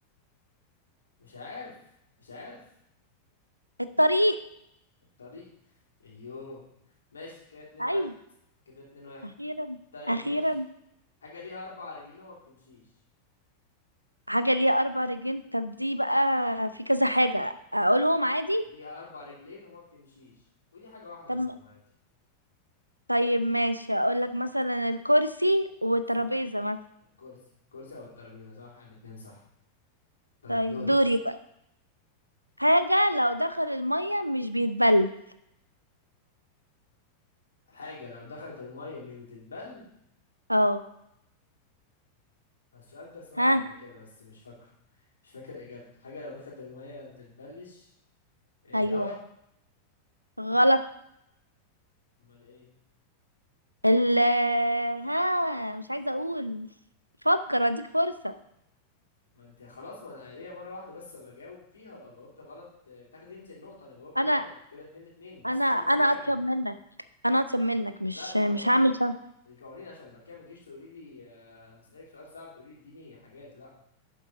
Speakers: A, on the left (about 70°); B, on the right (about 85°).
A: مش عارف مش عارف
B: الطريق
A: الطريق ايوه ماشي كده اتنين
B: ايوه
A: واحد كده اتنين واحد
B: اخيرا
A: طيب
B: اخيرا
A: ماشي حاجة ليها أربع رجلين وما بتمشيش
B: حاجة ليها اربع رجلين طب دي بقى في كذا حاجة اقولهم عادي
A: ليها أربع رجلين وما بتمشيش ودي حاجة واحدة
B: طب
A: منهم عادي
B: طيب ماشي اقول لك مثلا الكرسي والترابيزة
A: صح
B: مثلا
A: الكرسي الكرسي أو الترابيزة صح الاتنين صح طيب
B: طيب
A: دورك
B: دوري بقى حاجة لو دخل المية مش بيتبل
A: حاجة لو دخلت المية مش بتتبل
B: اه
A: السؤال ده سمعته
B: ها
A: قبل كده بس مش فاكره مش فاكر إجابته حاجة لو دخلت المية ما بتتبلش إيه
B: ايوه
A: الهوا
B: غلط
A: أمال إيه
B: ال ها مش عايزة اقول فكر واديك فرصة
A: ما أنت خلاص ما أنا ليا مرة واحدة بس بجاوب فيها لو جاوبت غلط آه، بتاخدي أنت النقطة أنا جاوبت
B: انا
A: غلط كده اتنين اتنين بس
B: انا
A: قولي
B: انا
A: بقى إجابة
B: اطيب منك انا اطيب منك مش
A: لا دي
B: مش
A: قوانين
B: هعمل شر
A: دي قوانين عشان بعد كده ما تجيش تقولي لي آه، لما أسألك سؤال صعب تقولي لي اديني حاجات لا